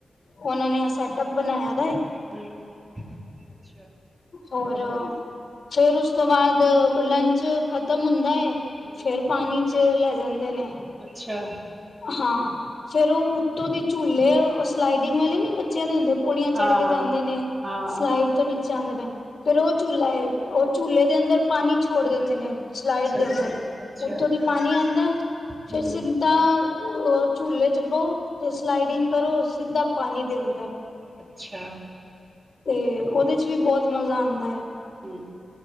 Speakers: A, on the left; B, on the right.
A: ਉਹਨਾਂ ਨੇ ਸੈਟਅਪ ਬਣਾਇਆ ਦਾ ਏ
B: ਹੂੰ ਅੱਛਾ
A: ਔਰ ਫੇਰ ਉਸ ਤੋਂ ਬਾਅਦ ਲੰਚ ਖ਼ਤਮ ਹੁੰ <unintelligible>
B: ਹਮ
A: ਫੇਰ ਪਾਣੀ ਚ ਲੈ ਜਾਂ ਦੇ ਨੇ
B: ਅੱਛਾ
A: ਹਾਂ ਫੇਰ ਉਹ ਉੱਤੇ ਤੇ ਉਹਦੇ ਝੂਲੇ ਸਲਾਈਡਿੰਗ ਵਾਲੇ ਨੀ ਬੱਚਿਆਂ ਦੇ ਹੁੰਦੇ ਪੌੜੀਆਂ
B: ਹਾਂ
A: ਚੜ ਕੇ
B: ਹਾਂ
A: ਜਾਂਦੇ ਨੇ
B: ਹਾਂ
A: ਸਲਾਈਡ ਤੋਂ ਨੀਚੇ ਆਉਂਦੇ ਨੇ ਫੇਰ
B: ਹਮ
A: ਉਹ ਝੂਲਾ ਏ ਉਹ ਝੂਲੇ ਦੇ ਅੰਦਰ ਪਾਣੀ ਛੋੜ ਦਿੰਦੇ ਨੇ ਫਲਾਈਡ
B: ਅੱਛਾ
A: ਦੇ
B: ਅੱਛਾ
A: ਅੰਦਰ
B: ਅੱਛਾ
A: ਉੱਥੋਂ ਦੀ ਪਾਣੀ ਆਉਂਦਾ ਫਿਰ
B: ਹਮ
A: ਸਿੰਦਾ ਝੂਲੇ ਚ ਬਹੋ ਤੇ ਸਲਾਈਡਿੰਗ ਕਰੋ ਸਿੱਧਾ ਪਾਣੀ ਦੇ ਅੰਦਰ
B: ਅੱਛਾ
A: ਤੇ ਉਹ ਉਹਦੇ ਚ ਵੀ ਬਹੁਤ ਮਜ਼ਾ ਆਉਂਦਾ ਐ
B: ਹੂੰ